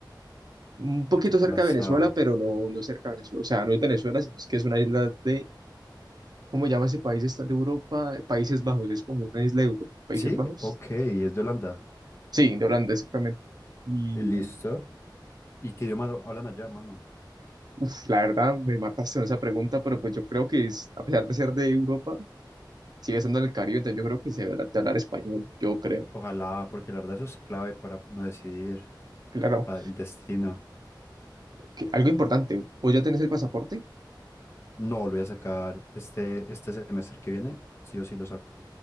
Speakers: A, on the right; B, on the left.
A: un poquito
B: Curazao.
A: cerca de Venezuela, pero no, no cerca de Venezuela. O sea, no es Venezuela, sino es que es una isla de, ¿cómo llama ese país? Está de Europa, Países Bajos, es como una isla de Europa, Países
B: Sí,
A: Bajos.
B: ok, es de Holanda.
A: Sí, de Holanda, exactamente. Y
B: Eh, Listo. ¿Y qué idioma hablan allá, mano?
A: uf, la verdad me mataste con esa pregunta, pero pues yo creo que es- a pesar de ser de Europa, sigue siendo del Caribe, entonces yo creo que se debe de hablar español, yo creo.
B: Ojalá, porque la verdad eso es clave para uno decidir,
A: Claro,
B: para el destino.
A: que algo importante, ¿vos ya tenés el pasaporte?
B: No, lo voy a sacar este, este semestre que viene, sí o sí lo saco.